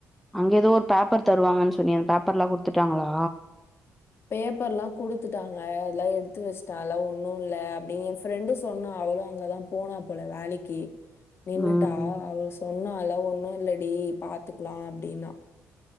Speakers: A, in the centre; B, on the left.
A: அங்க ஏதோ ஒரு பேப்பர் தருவாங்கன் சொன்னியே அந்த பேப்பர்லா குடுத்துட்டாங்களா
B: பேப்பர்லா குடுத்துட்டாங்க அதெல்லா எடுத்து வசுட்ட அதெல்லா ஒன்னு இல்ல அப்டின் எ ஃப்ரெண்டு சொன்னா அவளு அங்கதா போனா போல வேலைக்கி நின்னுட்டா
A: ம்
B: அவ சொன்னால ஒன்னு இல்லடி பாத்துக்கலா அப்டின்னா